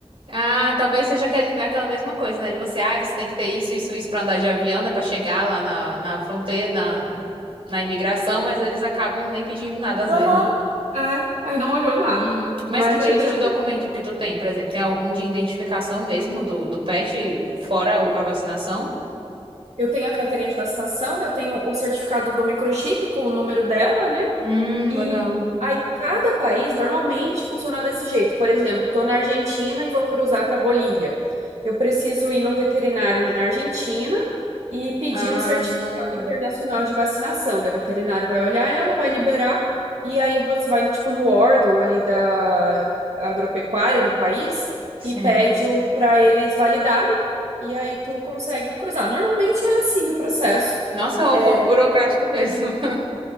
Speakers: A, on the right (about 55°); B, on the right (about 75°).
A: Ah, talvez seja aquele, aquela mesma coisa, né? De você, ah, você tem que ter isso, isso, isso pra andar de avião, né? Pra chegar lá na, na fronteira, na, na imigração, mas eles acabam nem pedindo nada às
B: Aham.
A: vezes.
B: É, aí não olhou nada.
A: Uhum. Mas
B: Mas
A: que tipo
B: aí já
A: de documento que tu tem, por exemplo? Tem algum de identificação mesmo do, do pet, fora o- a vacinação?
B: Eu tenho a carteirinha de vacinação, eu tenho o certificado do microchip com o número dela, né?
A: Hum,
B: E
A: legal.
B: aí, cada país normalmente funciona desse jeito. Por exemplo, estou na Argentina e vou cruzar para a Bolívia. Eu preciso ir num veterinário na Argentina e pedir
A: Ah,
B: um certificado internacional de vacinação. Daí O veterinário vai olhar ela, vai liberar, e aí você vai, tipo, no órgão ali da agropecuária do país
A: sim.
B: e pede o para eles validarem, e aí tu consegue cruzar. Normalmente é assim o processo.
A: Nossa, é um
B: É,
A: pouco burocrático mesmo. <laughs>